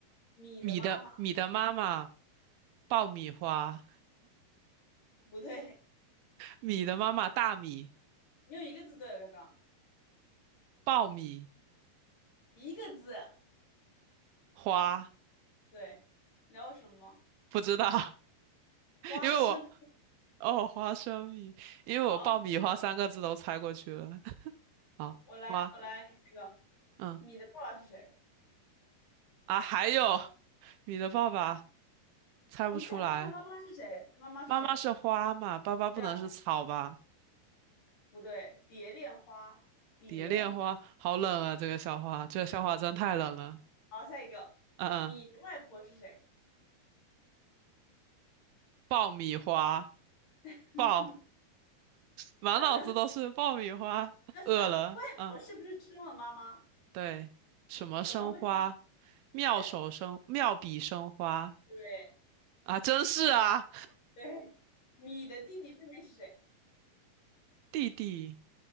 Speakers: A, on the left (about 55°); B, on the right (about 80°).
A: 米的妈妈
B: 米的米的妈妈，爆米花，
A: 不对，
B: 米的妈妈大米，
A: 你有一个字对了，刚刚
B: 爆米
A: 一个字，
B: 花，
A: 对，你知道为什么吗？
B: 不知道，<laughs>
A: 花生。
B: 因为我哦花生米，因为我爆米花三个字都猜过去了。
A: 好，我
B: <laughs> 好，
A: 我来我来那个
B: 花，嗯
A: 米的爸爸是谁？
B: 啊，还有米的爸爸猜不出来，
A: 你想他妈妈是谁？他妈妈是谁？
B: 妈妈是花嘛，爸爸不能是草吧？
A: 对啊，不对，蝶恋花蝶。
B: 蝶恋花，好冷啊，这个笑话，这个笑话真太冷了。
A: 好，下一个，
B: 嗯嗯，
A: 米的外婆是谁？
B: 爆米花，
A: <laughs>
B: 爆。
A: 你
B: 满脑子都是爆米花，
A: 要想，要想，
B: 饿了，
A: 外婆是不是生了妈妈？
B: 嗯，对，什么生花，
A: 怎么会生？
B: 妙手生，
A: 对
B: 妙笔生花
A: 对
B: 啊，真是啊，
A: 对，米的弟弟妹妹是谁？
B: 弟弟，